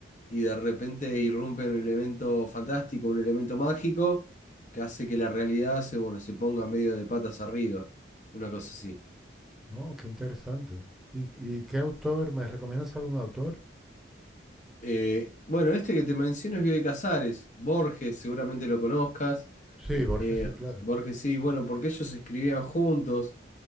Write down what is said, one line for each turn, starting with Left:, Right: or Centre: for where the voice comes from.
Left: y de repente irrumpe un elemento fantástico, un elemento mágico, que hace que la realidad se, bueno, se ponga medio de patas arriba, una cosa así.
Centre: No, qué interesante. ¿Y, y qué autor? ¿Me recomiendas algún autor?
Left: Eh, bueno, este que te menciono es Bioy Casares, Borges, seguramente lo conozcas.
Centre: Sí, Borges,
Left: Eh,
Centre: sí, claro.
Left: Borges sí, bueno, porque ellos escribían juntos,